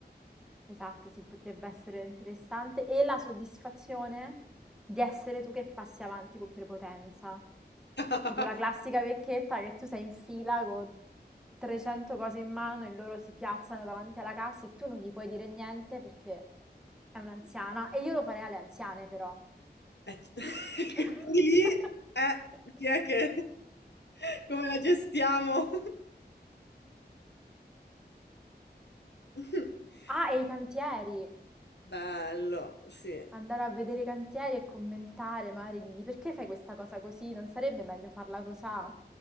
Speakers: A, in the centre; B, on the left.
A: Esatto, sì, potrebbe essere interessante. E la soddisfazione di essere tu che passi avanti con prepotenza.
B: <laughs>
A: Tipo la classica vecchietta che tu sei in fila con 300 cose in mano e loro si piazzano davanti alla cassa e tu non gli puoi dire niente perché è un'anziana. E io lo farei alle anziane, però.
B: Eh, <laughs>
A: <laughs>
B: Quindi lì, eh, chi è che... <laughs> come la gestiamo? <laughs>
A: Ah, e i cantieri.
B: Bello, sì,
A: Andare a vedere i cantieri e commentare, magari dirgli perché fai questa cosa così? Non sarebbe meglio farla cosà?